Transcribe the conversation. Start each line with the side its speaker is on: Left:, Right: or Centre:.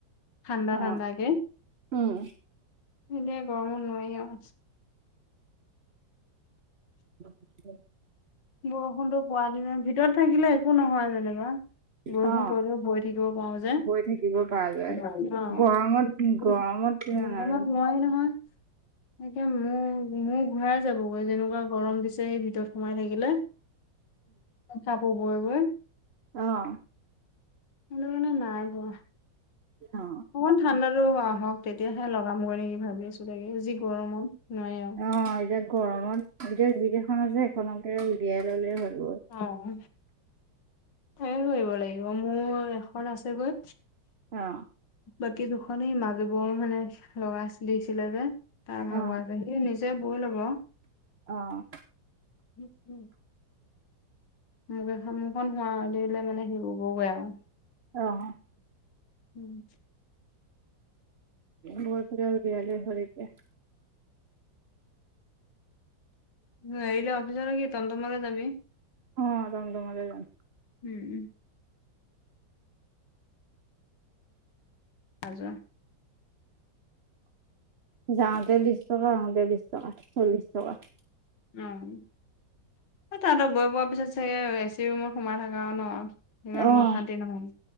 Left: ঠাণ্ডা
Right: অ
Left: ঠাণ্ডাকে এতিয়া
Right: উম
Left: গৰমো নোৱাৰি আৰু
Right: <inaudible>
Left: বৰষুণটো পোৱ দ ভিতৰত থাকিলে একো নহয় যেনেিবা বৰষুণ
Right: অ
Left: পৰিলেও ভয় থাকিব পাৰো যে
Right: বৈ থাকিব পৰা যায়
Left: অ',
Right: গৰমত গৰমত কিমান
Left: মনত
Right: আৰু
Left: ময় নহয় এতিয়া মোৰ মোৰ ঘূৰাই যাবগৈ যেনেকুৱা গৰম দিছে এই ভিতৰত সোমাই থাকিলে চাপ ব বই
Right: আহ,
Left: সটো কাৰণে নাই পোৱা
Right: অ
Left: অকমান ঠাণ্ডাতো হ হওক তেতিয়াহে লগামগৈ নেকি ভাবি আছো লাগে যি গৰমত নয়
Right: অ এতিয়া গৰমত এতিয়া যিকেইখন আছে সেইখনকে উলিয়াই ললে হৈ গ'ল
Left: অ', তাকে কৰিব লাগিব মোৰ এখন আছে গৈ
Right: অ',।
Left: বাকী দুখনেই মাজু বৌৰ মানে লগৰা দিছিলে যে তাৰ
Right: অ
Left: ভাগৰ সিনি যে ভুল হ'ব।
Right: অ',।
Left: উম, উম। মোকে মুখখন হুৱ দিলে মানে হেবগৈ আৰু
Right: অহ।
Left: উম।
Right: বত <unintelligible>
Left: গাড়ীলৈ অফিচৰ কি টম টমালৈ যাবি
Right: অ', টম টমতে যাম।
Left: উম, উম। হাজ <unintelligible>
Right: যাওতে বিশ টকা আহোতে বিশ টকা চল্লিশ টকা। <inaudible>
Left: উ তাহত গৈ পোৱাৰ পিছত চাগে এচি ৰুমত সোমাই থকা ন। ইমান
Right: অ',
Left: অশান্তি নহয়